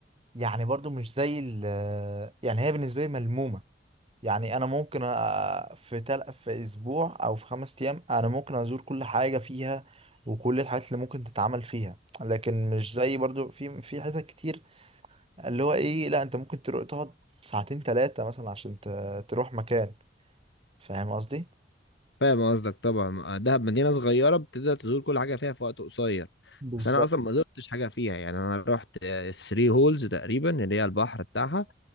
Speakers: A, on the right; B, on the left.
A: يعني برضو مش زي ال يعني هي بالنسبة لي ملمومة يعني أنا ممكن أ- في تل في أسبوع أو في خمس أيام أنا ممكن أزور كل حاجة فيها وكل الحاجات اللي ممكن تتعمل فيها لكن مش زي برضو في في حتت كتير اللي هو إيه لأ أنت ممكن تروح تقعد ساعتين تلاتة مثلا عشان ت- تروح مكان فاهم قصدي؟
B: فاهم قصدك طبعا دهب مدينة صغيرة بتقدر تزور كل حاجة فيها في وقت قصير
A: بالظبط
B: بس أنا أصلا ما زرتش حاجة فيها يعني أنا رحت الثري هولز تقريبا اللي هي البحر بتاعها